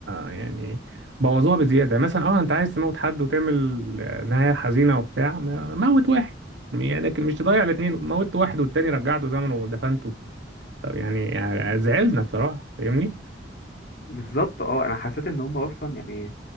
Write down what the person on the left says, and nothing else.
بالظبط اه انا حسيت ان هم اصلا يعني